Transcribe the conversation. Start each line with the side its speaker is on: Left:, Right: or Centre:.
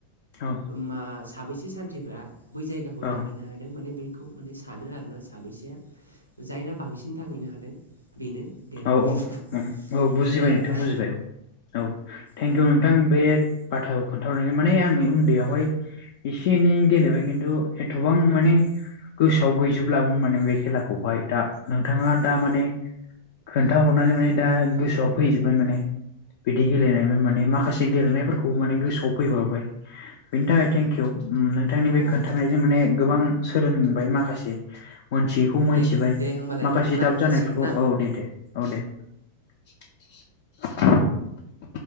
Left: औ
Right: मा साबैसे सानथ्रिफ्रा बै जायगाखौ
Left: औ
Right: दांहैनो हादों माने बे बेखौ माने सानो आरोना साबैसेया जायना बांसिन थांहैनो हादों बेनो देरहायो
Left: औ औ
Right: आरोना
Left: औ बुजिबाय
Right: बेनो आरोना
Left: नोंथां बुजिबाय औ औ। थेंकिउ
Right: औ
Left: नोंथां बे बाथ्राखौ खोन्थाहर माने आं उन्दैयावहाय एसे एनै गेलेबाय किन न्थु एथबां माने गोसोआव गैजोबब्ला माने बे खेलाखौहाय दा। नोंथाङा दा
Right: औ
Left: माने खोन्थाहरनानै माने दा गोसोआव फैजोबबाय माने। बिदि गेलेनायमोन माने माखासे गेलेनायफोरखौ माने गोसोआव फैफाबाय। बेनि थाखाय
Right: औ
Left: थेंकिउ। ओ नोंथांनि
Right: औ
Left: बे खोन्थानायजों
Right: औ
Left: माने गोबां सोलोंबाय माखासे। मोनथियैखौ मोनथिबाय
Right: दे दे होमबालाय
Left: माखासे
Right: नोंथां ना
Left: दाब
Right: जासिगोन
Left: जानायफोरखौ
Right: ना
Left: औ दे दे <unintelligible>